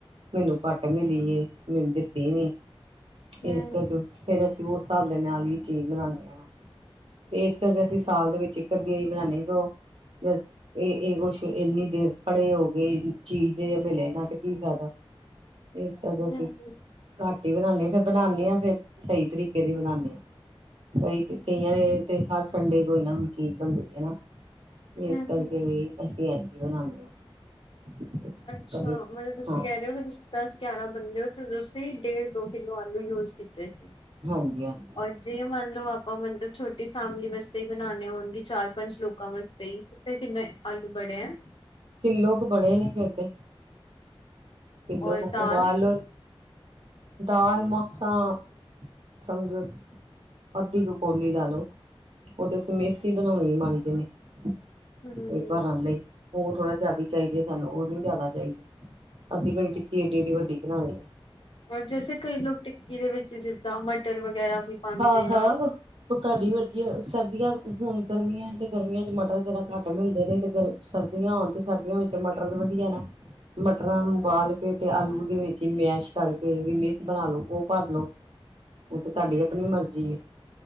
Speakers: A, on the right; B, on the left.
A: ਮੈਨੂੰ ਘੱਟ ਮਿਲੀ ਹੈ ਮੈਨੂੰ। ਦਿੱਤੀ ਨੀ।
B: ਹੂੰ
A: ਇਸ ਕਦ ਫੇਰ ਅਸੀਂ ਉਸ ਹਿਸਾਬ ਦੇ ਨਾਲ ਹੀ। <unintelligible> <unintelligible> ਚੀਜ਼ ਬਣਾਉਂਦੇ ਆ। ਤੇ ਇਸ ਕਰਕੇ ਅਸੀਂ ਸਾਲ ਦੇ ਵਿੱਚ। ਕਦੀ ਬਣਾਉਣੀ ਆ ਦੋ ਇਹ ਇਹ ਕੁੱਛ ਇੰਨੀ ਦੇਰ ਖੜੇ ਹੋ ਗਏ। ਚੀਜ਼ ਜੇ ਮਿਲੇ ਨਾ ਤੇ ਕੀ ਫਾਇਦਾ। ਇਸ ਕਰਕੇ ਅਸੀਂ
B: ਹੂੰ
A: ਘੱਟ ਹੀ ਬਣਾਦੇ ਹਾਂ ਫਿਰ ਬਣਾਦੇ ਹਾਂ ਫਿਰ ਸਹੀ ਤਰੀਕੇ ਦੀ ਬਣਾਦੇ ਹਾਂ। ਕਈ ਕਈਆਂ ਨੇ ਤੇ ਹਰ ਸੰਡੇ। <unintelligible>
B: ਹੂੰ-ਹੂੰ
A: ਇਸ ਕਰਕੇ ਵੀ ਅਸੀਂ <unintelligible> <unintelligible>
B: ਅੱਛਾ।
A: ਕਦੇ
B: ਮਤਲਬ ਤੁਸੀਂ
A: ਹਾਂ
B: ਕਹਿ ਰਹੇ ਹੋ ਕਿ ਤੁਸੀਂ ਦਸ ਗਿਆਰਾਂ ਬੰਦੇ ਹੋ ਤੁਸੀਂ ਡੇਢ ਦੋ ਕਿੱਲੋ ਆਲੂ ਯੂਜ ਕੀਤੇ ਸੀ।
A: ਹਾਂਜੀ ਹਾਂਜੀ
B: ਔਰ ਜੇ ਮੰਨ ਲਓ ਆਪ ਉਹ ਮਤਲਬ ਛੋਟੀ ਫੈਮਲੀ ਵਾਸਤੇ ਹੀ ਬਣਾਉਣੇ ਹੋਣਗੇ ਚਾਰ ਪੰਜ ਲੋਕਾਂ ਵਾਸਤੇ ਹੀ ਫੇਰ ਕਿੰਨੇ ਆਲੂ ਬੜੇ ਆ।
A: ਕਿੱਲੋ ਕ ਬੜੇ ਨੇ ਫੇਰ ਤੇ। ਕਿੱਲੋ
B: ਔਰ
A: ਕ
B: ਦਾਲ
A: ਉਬਾਲ ਲੋ ਦਾਲ ਮਸਾਂ <unintelligible> ਅੱਧੀ ਕ ਕੌਲੀ ਲਾ ਲੋੋ ਉਹ ਤੇ ਅਸੀਂ ਮੇਸ ਈ ਬਣਾਉਨਿ ਮਾੜੀ ਜਿੰਨੀ <unintelligible>
B: ਹਮ
A: ਉਹ ਥੋੜਾ ਜਿਆਦਾ ਚਾਹੀਦੀ ਏ ਸਾਨੂੰ ਉਹ ਨੀ ਜ਼ਿਆਦਾ ਚਾਹੀਦੀ ਅਸੀਂ ਕੇੜੀ ਟਿੱਕੀ ਏਨੀ ਵੱਡੀ ਵੱਡੀ ਬਨਾਨੀ
B: ਔਰ ਜੈਸੇ ਕਈ ਲੋਕ ਟਿੱਕੀ ਦੇ ਵਿੱਚ ਜ ਜਾਂ ਮਟਰ ਵਗੈਰਾ ਵੀ ਪਾਂਦੇ
A: ਹਾਂ ਹਾਂ
B: ਆ।
A: ਉਹ ਤੁਹਾਡੀ ਵੱਡੀ ਸਰਦੀਆਂ ਹੁਣ ਗਰਮੀਆਂ ਤੇ ਗਰਮੀਆਂ ਚ ਮਟਰ ਜਰਾ ਘੱਟ ਮਿਲਦੇ ਨੇ ਤੇ ਗਰ ਸਰਦੀਆਂ ਹੋਣ ਤੇ ਸਰਦੀਆਂ ਵਿੱਚ ਮਟਰ ਤੇ ਵਧੀਆ ਨਾ। ਮਟਰਾਂ ਨੂੰ ਉਬਾਲ ਕੇ ਤੇ ਆਲੂ। ਵਿੱਚ ਹੀ ਮੈਸ਼ ਕਰਕੇ ਮੇਸ ਬਣਾ ਲੋ ਉਹ ਭਰ ਲੋ। ਉਹ ਤੇ ਤੁਹਾਡੀ
B: ਹਮ
A: ਆਪਣੀ ਮਰਜ਼ੀ ਏ।